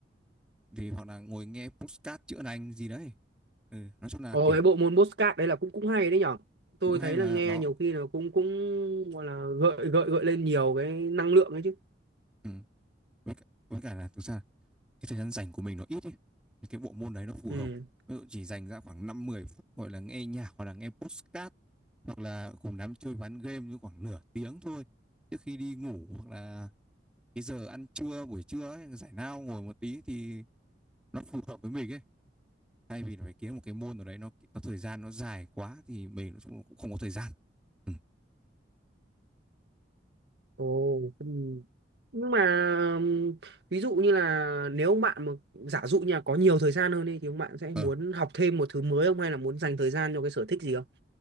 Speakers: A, in the centre; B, on the right (about 65°).
A: thì hoặc là ngồi nghe podcast chữa lành gì đấy. Ừ, nói chung là
B: Ồ
A: kiểu
B: cái bộ môn Postcard đấy là cũng cũng hay đấy nhở tôi
A: cũng hay
B: thấy
A: mà
B: là nghe
A: nó
B: nhiều khi là cũng cũng gọi là gợi gợi gợi lên nhiều cái năng lượng ấy chứ
A: ừ. Với cả, với cả là thực ra cái thời gian rảnh của mình nó ít ấy. Thì cái bộ môn đấy nó phù
B: ừ
A: hợp ví dụ chỉ dành ra khoảng năm mười phút gọi là nghe nhạc hoặc là nghe podcast hoặc là cùng đám chơi ván game như khoảng nửa tiếng thôi trước khi đi ngủ hoặc là cái giờ ăn trưa buổi trưa ấy, giải lao ngồi một tí thì nó phù hợp với mình ấy thay vì là phải kiếm một cái môn nào đấy nó, nó thời gian nó dài quá thì mình nó cũng không có thời gian ừ.
B: ồ ừ. nhưng mà ừm, ví dụ như là nếu ông bạn mà giả dụ như là có nhiều thời gian hơn đi thì ông bạn sẽ
A: ờ
B: muốn học thêm một thứ mới không hay là muốn dành thời gian cho cái sở thích gì không